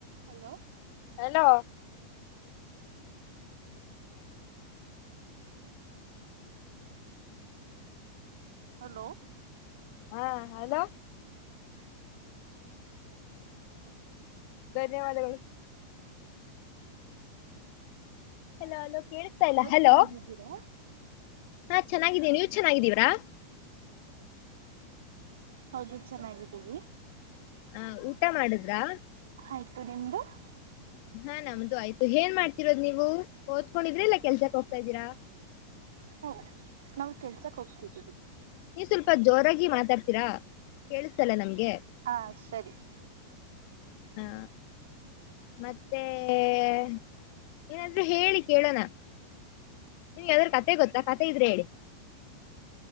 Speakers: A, on the right; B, on the left.
A: Hello
B: hello
A: hello <inaudible> <inaudible> hello? <inaudible>
B: ಹಾ hello? <inaudible> ಧನ್ಯವಾದಗಳು. <inaudible> Hello hello ಕೇಸಳ್ತಾ ಇಲ್ಲ ಹಲೋ?
A: ಚೆನ್ನಾಗಿದ್ದೀರಾ
B: <inaudible>
A: ಹಲೋ? <inaudible>
B: ಹಾ ಚೆನ್ನಾಗಿದ್ದೇವಿ ನೀವ್ ಚೆನ್ನಾಗಿದ್ದೀವ್ರಾ? <inaudible>
A: ಹೌದು ಚೆನ್ನಾಗಿದ್ದೀವಿ. <inaudible>
B: ಹ ಊಟ ಮಾಡಿದ್ರಾ? <inaudible>
A: ಆಯ್ತು ನಿಮ್ದು? <inaudible>
B: ಹಾ ನಮ್ದು ಆಯ್ತು ಏ ಹೇನ್ ಮಾಡ್ತಿರೋದು ನೀವು ಓದ್ಕೊಂಡಿದ್ರಿ ಇಲ್ಲ ಕೆಲ್ಸಕ್ಕ ಹೊಗತ ಇದ್ದೀರಾ? <inaudible>
A: ಹ ನಾವು ಕೆಲಸಕ್ಕ ಹೋಗ್ತಿದ್ದೀವಿ. <inaudible>
B: ನೀವ್ ಸ್ವಲ್ಪ ಜೋರಾಗಿ ಮಾತಾಡ್ತೀರಾ ಕೇಳಿಸತಲ್ಲ ನಮಗೇ <inaudible>
A: ಹಾ ಸರಿ. <inaudible>
B: ಹಾ ಮತ್ತೆ. <inaudible> ಏನಾದ್ರೂ ಹೇಳಿ ಕೇಳೋಣ ನಿಮಗ ಯಾವದಾದರೂ ಕಥೆ ಗೊತ್ತಾ ಕಥೆ ಇದ್ರೆ ಹೇಳಿ. <inaudible>